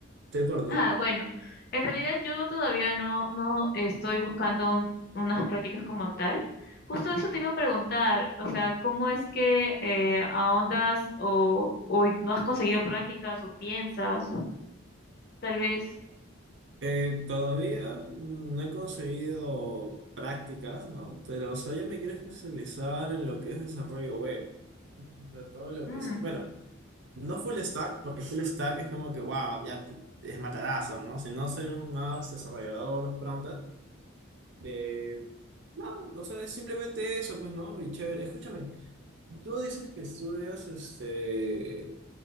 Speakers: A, on the right (about 55°); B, on the left (about 45°).
A: te corto.
B: Ah, bueno, en realidad yo todavía no, no estoy buscando un- unas prácticas como tal. Justo eso te iba a preguntar, o sea, ¿cómo es que eh, ahondas o, o no has conseguido prácticas o piensas? Tal vez.
A: Eh, todavía no he conseguido prácticas, ¿no? Pero, o sea, yo me quiero especializar en lo que es desarrollo web. O sea, todo lo
B: mm.
A: que es, bueno, no full stack, porque full stack es como que, wow, ya te, te es matadazo, ¿no? Sino ser un más desarrollador pronto de... No, o sea, es simplemente eso, pues, ¿no? Y chévere, escúchame, tú dices que estudias, este...